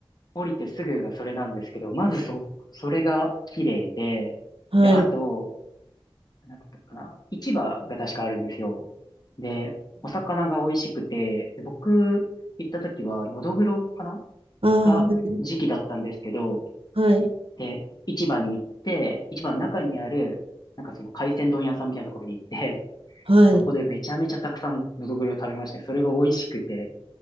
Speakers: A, on the left; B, on the right.
A: 降りてすぐがそれなんですけど、まずそ、それが綺麗で、
B: はい。
A: で、あと、なんだったかな、市場が確かあるんですよ。で、お魚が美味しくて、で僕行った時は、ノドグロかな
B: あ
A: が時期だったんですけど、
B: あ、はい、
A: で、市場に行って、市場の中にある、なんかその海鮮丼屋さんみたいなところに行って、
B: はい。
A: そこでめちゃめちゃたくさんノドグロを食べましたね。それが美味しくて、